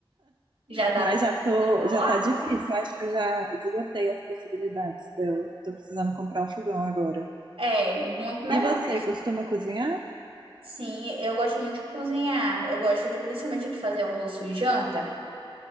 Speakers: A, on the right (about 90°); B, on the right (about 55°).
A: Já dá
B: Mas
A: pra
B: já tô,
A: enrolar.
B: já tá difícil.
A: né?
B: Eu Acho que eu já esgotei as possibilidades dela. Tô precisando comprar um fogão agora.
A: É, muito melhor,
B: E você,
A: mas
B: costuma cozinhar?
A: Sim, eu gosto muito de cozinhar. Eu gosto de principalmente de fazer almoço e janta,